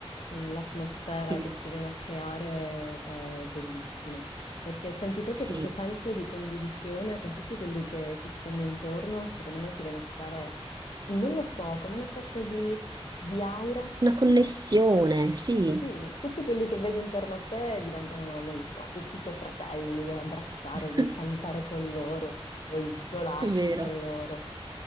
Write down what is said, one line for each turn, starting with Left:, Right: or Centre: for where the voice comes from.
Left: l'atmosfera
Right: sì,
Left: che si viene a creare è bellissima, perché senti proprio
Right: sì,
Left: questo senso di condivisione con tutti quelli che ti stanno intorno. Secondo me si viene a creare, non lo so, come una sorta di, di aura.
Right: una connessione, sì,
Left: Sì, tutti quelli che vedi intorno a te diventano, non lo so, tutti i tuoi fratelli, li vuoi abbracciare,
Right: <laughs>
Left: vuoi cantare con loro, vuoi sgolarti
Right: è vero,
Left: con loro.